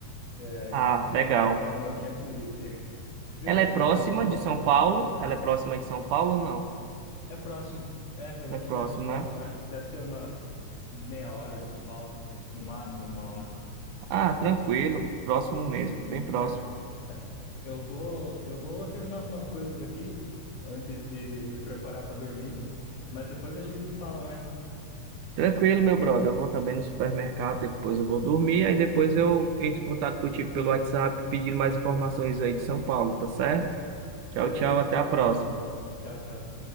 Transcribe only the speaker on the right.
Ah,
legal.
Ela é
próxima
de São Paulo?
Ela é próxima de São Paulo ou não?
É próximo,
né?
Ah, tranquilo. Próximo mesmo,
bem próximo.
Tranquilo, meu brother. Eu vou também no supermercado, depois eu vou dormir, aí depois eu entro em contato contigo pelo WhatsApp pedindo mais informações aí de São Paulo, tá certo? Tchau,
tchau, até
a próxima.